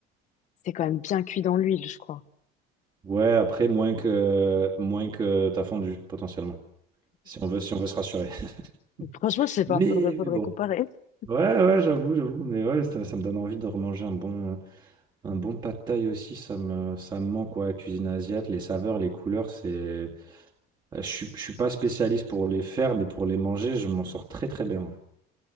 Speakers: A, on the left; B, on the right.
A: C'est quand même bien cuit dans l'huile, je crois.
B: Ouais, après, moins que moins que t'as fondu, potentiellement. Si on veut, si on veut se rassurer.
A: Donc, franchement,
B: <laughs>
A: je sais pas,
B: Mais,
A: faudrait, faudrait
B: mais bon.
A: comparer. <laughs>
B: Ouais, ouais, j'avoue, j'avoue. Mais ouais, ça, ça me donne envie de remanger un bon. Un bon pad thaï aussi, ça me, ça me manque, ouais, la cuisine asiate, les saveurs, les couleurs, c'est... Euh, Je suis, je suis pas spécialiste pour les faire, mais pour les manger, je m'en sors très très bien. ouais.